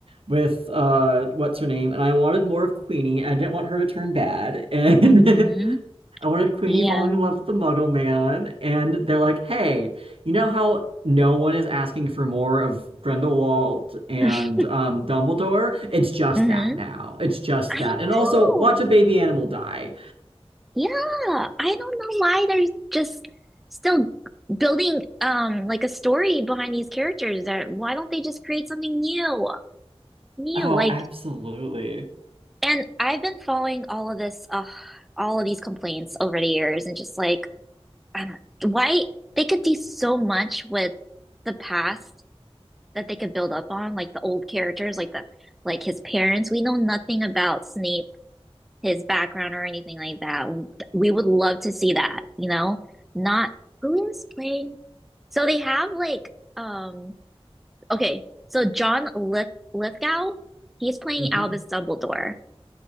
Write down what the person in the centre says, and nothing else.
hmm
Yeah.
<laughs>
hmm
I
know.
Yeah. I don't know why they're just still building um like a story behind these characters. That why don't they just create something new? New,
like
And I've been following all of this, uh, all of these complaints over the years, and just like, I don't, why they could do so much with the past that they could build up on, like the old characters, like the like his parents. We know nothing about Snape, his background or anything like that. We would love to see that, you know? Not who is playing. So they have like, um, okay, so John Lith Lithgow, he's playing
Albus Dumbledore,